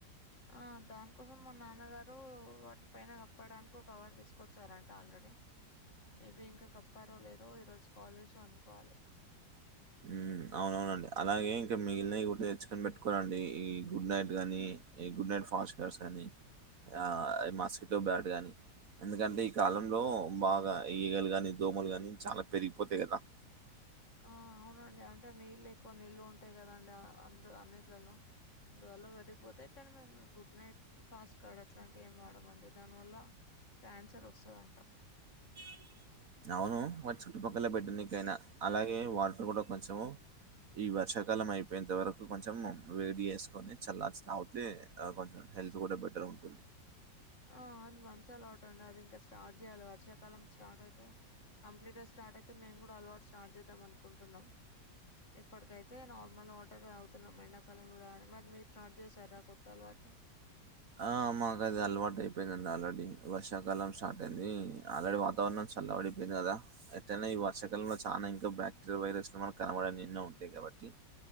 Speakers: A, on the left (about 45°); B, on the right (about 55°).
A: ఆ దానికోసం మా నాన్నగారు వాటి పైన కప్పడానికి ఒక కవర్ తీసుకొచ్చారంట ఆల్రెడీ మేబి ఇంకా కప్పారో లేదో ఈ రోజు కాల్ చేసి కనుక్కోవాలి
B: ఉ అవునవునండి అలాగే ఇంకా మిగిలినవి గుర్తు తెచ్చుకని పెట్టుకోవాలండి ఈ గుడ్ నైట్ గాని ఈ గుడ్ నైట్ ఫాస్ట్ కార్డు కాని ఆ మాస్కిటో బ్యాట్ గాని ఎందుకంటే ఈ కాలంలో బాగా ఈగలు గాని దోమలు గాని చాలా పెరిగిపోతాయి కదా <unintelligible>
A: ఆ అవునండి అంటే నీళ్లు ఎక్కువ నిలువ ఉంటాయి కదండి అందు అన్నింటిలలో అందువల్ల వెరిగిపోతే అ కాని మేము గుడ్ నైట్ ఫాస్ట్ కార్డ్ అట్లాంటివి ఎం వాడమండి దాని వల్ల క్యాన్సర్ వస్తుందం టా
B: <inaudible> అవును వారి చుట్టుపక్కల పెట్టినికైనా అలాగే వాటర్ కూడా కొంచెం ఈ వర్షాకాలం అయిపోయేంత వరకు కొంచెం వేడి చేసుకొని చల్లార్చి తాగుతే ఆ కొంచెం హెల్త్ కూడా బెటర్ ఉంటుంది
A: ఆ అది మంచి అలవాటు అండి అది ఇంకా స్టార్ట్ చేయాలి వర్షాకాలం స్టార్ట్ అయితే కంప్లీట్గా స్టార్ట్ అయితే మేం కూడా అలవాటు స్టార్ట్ చేద్దాం అనుకుంటున్నాం ఇప్పటికైతే నార్మల్ టర్ తాగుతున్నాం ఎండాకాల కద అని మరి మీరు స్టార్ట్ చేసారా కొత్త అలవాటు ని
B: ఆ మాకు అది అలవాటు అయిపోయిందండి ఆల్రెడీ వర్షాకాలం స్టార్ట్ అయింది ఆల్రెడీ వ వాతావరం చల్లబడిపోయింది కదా ఎట్రైన నా ఈ వర్షకాలంలో చాలా ఇంకా బ్యాక్టీరియా వైరస్ మనకు కనబడనివి ఎన్నో ఉం టాయి కాబట్టి